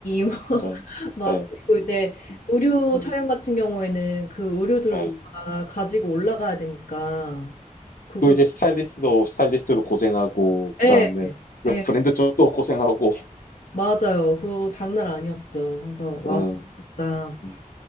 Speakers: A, on the left; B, on the left.
A: <laughs>
B: 예.
A: 막
B: 네
A: 그리고 이제
B: 음.
A: 의류
B: 네.
A: 촬영 같은 경우에는 그 의류들도
B: 네
A: 다 가지고 올라가야 되니까 그거
B: 또 이제 스타일리스트도 스타일리스트로 고생하고 그다음에
A: 예,
B: 그
A: 예,
B: 브랜드 쪽도 고생하고
A: 맞아요. 그거 장난 아니었어요. 그래서
B: <laughs>
A: 와,
B: 음.
A: 진짜.
B: 음.